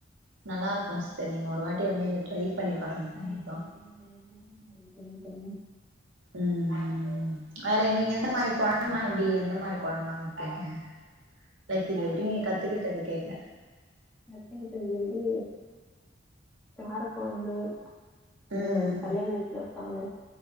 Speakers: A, on the right; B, in the centre.
A: நல்லாருக்கும் சிஸ்டர் நீங்க ஒரு வாட்டி வந்து இத ட்ரை பண்ணி பாருங்க
B: ட்ரை
A: கண்டிப்பா
B: <unintelligible>
A: ம் வேற நீங்க எந்த மாரி கொழம்புலா எப்டி எந்த மாரி கொழம்புலா வெப்பீங்க லைக் இது வரைக்கும் நீங்க கத்துக்கிட்டது கேக்குற
B: கத்துக்கிட்டது வந்து கார கொழம்பு இந்த
A: ம்
B: கல்யாண
A: ம்
B: வீட்ல வெப்பாங்களே